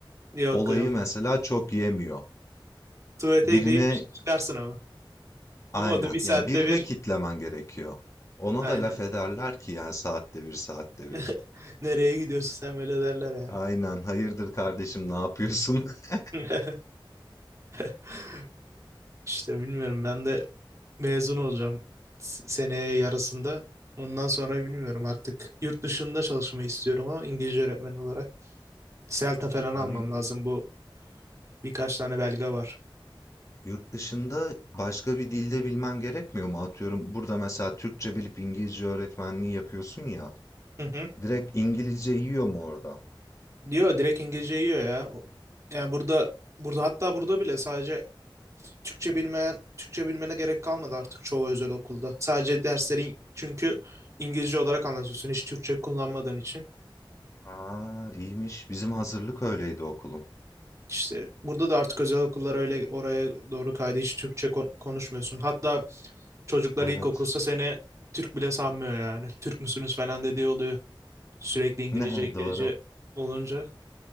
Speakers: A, on the right; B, on the left.
A: Yok
B: Olayı
A: yok.
B: mesela çok yemiyor.
A: Tuvalete
B: Birine
A: deyip çıkarsın ama. Ama
B: aynen
A: o da bir saatte
B: yani birine
A: bir.
B: kitlemen gerekiyor. Ona
A: Aynen.
B: da laf ederler ki yani saatte bir saatte
A: <laughs>
B: bir.
A: Nereye gidiyorsun sen böyle derler
B: Aynen. Hayırdır kardeşim, ne yapıyorsun? <laughs>
A: yani. <laughs> İşte bilmiyorum ben de mezun olacağım s- seneye yarısında. Ondan sonra bilmiyorum artık yurt dışında çalışmayı istiyorum ama İngilizce öğretmeni olarak. CELTA falan
B: Abi
A: almam lazım bu birkaç tane belge var.
B: yurt dışında başka bir dilde bilmen gerekmiyor mu? Atıyorum burada mesela Türkçe bilip İngilizce öğretmenliği yapıyorsun ya.
A: Hı hı.
B: Direkt İngilizce yiyor mu orada?
A: Diyor direkt İngilizce yiyor ya. O- Yani burada burada hatta burada bile sadece Türkçe bilmeyen Türkçe bilmene gerek kalmadı artık çoğu özel okulda. Sadece derslerin çünkü İngilizce olarak anlatıyorsun hiç Türkçe kullanmadığın için.
B: Ha, iyiymiş. Bizim hazırlık öyleydi okulun.
A: İşte burada da artık özel okullar öyle oraya doğru kaydı. Hiç Türkçe kon- konuşmuyorsun. Hatta çocuklar
B: Evet.
A: ilkokulsa
B: <laughs>
A: seni Türk bile sanmıyor yani. <laughs> Türk müsünüz falan dediği oluyor. Sürekli İngilizce
B: Ne
A: İngilizce
B: doğru.
A: olunca.